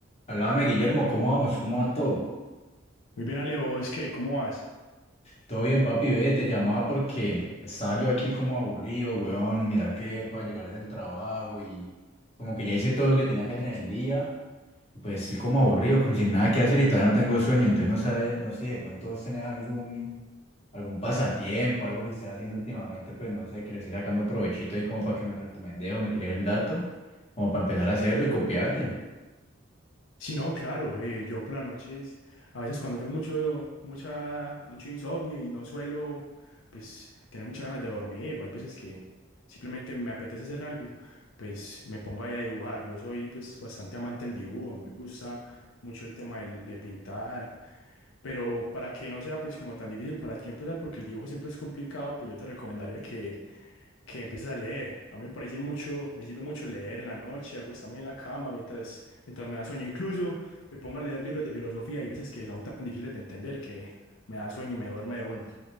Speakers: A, on the left; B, on the left.
A: Háblame, Guillermo, ¿cómo vamos? ¿Cómo va todo?
B: Muy bien, Alejo, es que, ¿cómo vas?
A: Todo bien, papi, ve, te llamaba porque estaba yo aquí como aburrido, weón. Mira que acabo de llegar del trabajo y como que ya hice todo lo que tenía que hacer en el día. y Pues estoy como aburrido, con sin nada que hacer y todavía no tengo sueño. Entonces no sé, no sé si de pronto vos tenés algún, algún pasatiempo, algo que estés haciendo últimamente, pues no sé, que le esté sacando provechito ahí como para que me recomendes o me tires el dato, como para empezar a hacerlo y copiarte.
B: Sí, no, claro, eh, yo por las noches, a veces cuando tengo mucho, mucha, mucho insomnio y no suelo, pues, tener muchas ganas de dormir, o hay veces que simplemente me apetece hacer algo, pues, me pongo ahí a dibujar. Yo soy, pues, bastante amante del dibujo, a mí me gusta mucho el tema del- de pintar, pero para que no sea, pues, como tan difícil para ti empezar, porque el dibujo siempre es complicado, pues, yo te recomendaría que que empieces a leer. A mí me parece mucho, me sirve mucho leer en la noche, acostarme en la cama mientras, mientras me da sueño. Incluso me pongo a leer libros de filosofía. Hay veces que son tan difíciles de entender que me da sueño y me duerme de una.